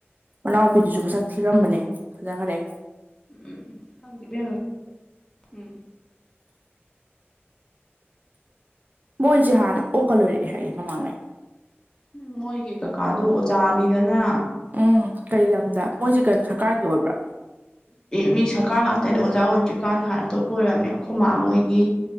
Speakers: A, on the right (about 40°); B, on the left (about 15°).
A: ꯃꯅꯥꯎꯄꯤꯗꯨꯁꯨ ꯃꯁꯛ ꯊꯤꯔꯝꯕꯅꯦ ꯐꯖꯈ꯭ꯔꯦ
B: ꯎꯝ ꯈꯪꯗꯦ ꯢꯕꯦꯝꯃ ꯎꯝ
A: ꯃꯣꯏꯁꯦ ꯍꯥꯟꯅ ꯑꯣꯛꯒꯥ ꯂꯣꯏꯔꯛꯑꯦ ꯍꯥꯏꯌꯦ ꯃꯃꯥꯡꯉꯩ
B: ꯎꯝ ꯃꯣꯏꯒꯤ ꯀꯀꯥꯗꯣ ꯑꯣꯖꯥꯅꯤꯗꯅ
A: ꯎꯝ ꯀꯩ ꯂꯝꯗ ꯃꯣꯏꯁꯦ ꯀꯩ ꯁꯔꯀꯥꯔꯒꯤ ꯑꯣꯏꯕ꯭ꯔꯥ
B: ꯃꯤ ꯁꯔꯀꯥꯔ ꯉꯥꯛꯇꯅꯦ ꯑꯣꯖꯥ ꯑꯣꯏꯗ꯭ꯔꯤꯀꯥꯟꯗ ꯍꯥꯟꯅ ꯑꯇꯣꯞꯄ ꯑꯣꯏꯔꯝꯃꯦ ꯑꯩꯈꯣꯏ ꯃꯥ ꯃꯣꯏꯒꯤ